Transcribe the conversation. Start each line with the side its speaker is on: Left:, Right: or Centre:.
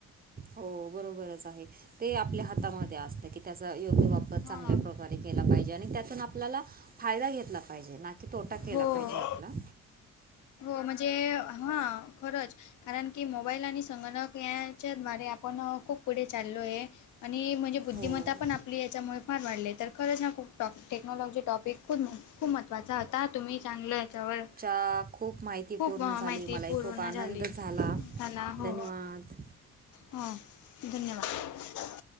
Right: हो बरोबरच आहे ते आपल्या हातामध्ये असत की त्याचा योग्य वाप चांगल्या
Left: हां
Right: प्रकारे केला पाहिजे आणि त्यातून आपल्याला फायदा घेतला पाहिजे. की तोटा केला
Left: हो
Right: पाहिजे आपला.
Left: हो म्हणजे हं खरंच कारण की मोबाईल आणि संगणक याच्याद्वारे पण खूप पुढे चाललोय आणि म्हणजे बुद्धिमत्ता
Right: हो
Left: पण आपली याच्यामुळे फार वाढले तर खरंच ना खूप टॉप टेक्नॉलॉजी टॉपिक खूप, खूप महत्त्वाचा होता तुम्ही चांगलं याच्यावर
Right: अ खूप माहितीपूर्ण
Left: खूप माहिती
Right: झाली मलाही
Left: पूर्ण
Right: खूप आनंद
Left: झाली
Right: झाला
Left: हा ना हो.
Right: धन्यवाद
Left: हां धन्यवाद.